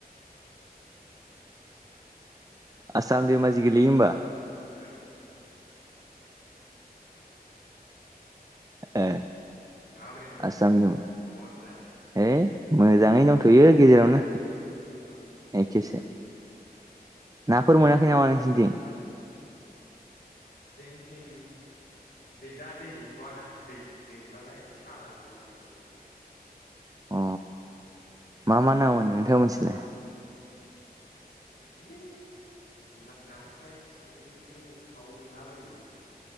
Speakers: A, on the right; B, on the left.
A: आसाम दैमाजि गोेलेैयो होम्बा
B: औ
A: ए
B: माबोरै दं नोंथां
A: आसामनि मोन
B: खबरफोरा
A: ओइ मोजाङै दंथयो गेजेरावनो
B: अ
A: एखेसो नाफोर मोनाखै नामा नोंसोरनिथिं
B: जोंनिथिं दै दा दै गैथवाना दै देरबालाय सालाबायबा नांलाबोयो
A: अ मा मा ना मोनो नोंथां मिथिलाय
B: इदिनि ना नास्राय फिथिख्रिफोर खावै मोनलाबायो इदिनो